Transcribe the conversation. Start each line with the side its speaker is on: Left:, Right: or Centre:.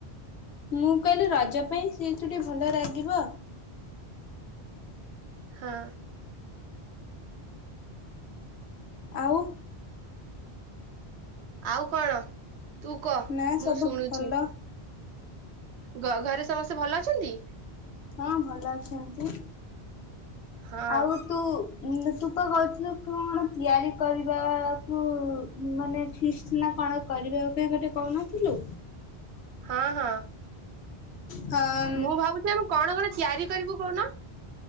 Left: ମୁଁ କହିଲି ରଜ ପାଇଁ ସେ ଚୁଡ଼ି ଭଲ ଲଗିବ।
Right: ହଁ।
Left: ଆଉ।
Right: ଆଉ କଣ ତୁ କହ
Left: ନା
Right: ମୁଁ
Left: ସବୁ
Right: ଶୁଣୁଛି।
Left: ଭଲ
Right: ଗ ଘରେ ସମସ୍ତେ ଭଲ ଅଛନ୍ତି?
Left: ହଁ ଭଲ ଅଛନ୍ତି
Right: ହଁ
Left: ଆଉ ତୁ ତୁ ତ କହିଥିଲୁ କଣ ତିଆରି କରିବାକୁ ମାନେ ଫିଷ୍ଟ ନା କଣ କରିବା ପାଇଁ ଗୋଟେ କହୁନଥିଲୁ?
Right: ହଁ ହଁ।
Left: ହ
Right: ମୁଁ ଭାବୁଛି ଆମେ କଣ କଣ ତିଆରି କରିବୁ କହୁନ?